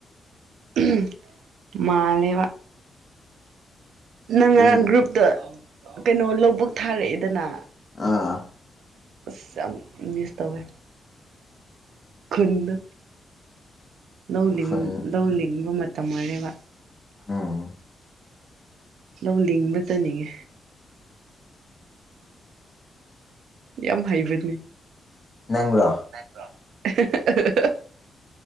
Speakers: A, on the right; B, on the left.
A: ꯎꯝ ꯃꯥꯜꯂꯦꯕ ꯅꯪ
B: ꯑꯗꯨꯒꯤꯅꯤ
A: ꯉꯔꯥꯡ ꯒ꯭ꯔꯨꯞꯇ ꯀꯩꯅꯣ ꯂꯧꯕꯨꯛ ꯊꯥꯔꯛꯑꯦꯗꯅ
B: ꯑꯥ
A: ꯑꯁ ꯌꯥꯝ ꯃꯤꯁ ꯇꯧꯋꯦ ꯈꯨꯟꯗꯣ ꯂꯧ ꯂꯤꯡ
B: ꯈꯨꯟ
A: ꯂꯧ ꯂꯤꯡꯕ ꯃꯇꯝ ꯑꯣꯏꯔ‌ꯦꯕ
B: ꯎꯝ
A: ꯂꯧ ꯂꯤꯡꯕ ꯆꯠꯅꯤꯡꯉꯦ ꯌꯥꯝ ꯍꯩꯕꯅꯦ
B: ꯅ꯭ꯔꯥ
A: <unintelligible>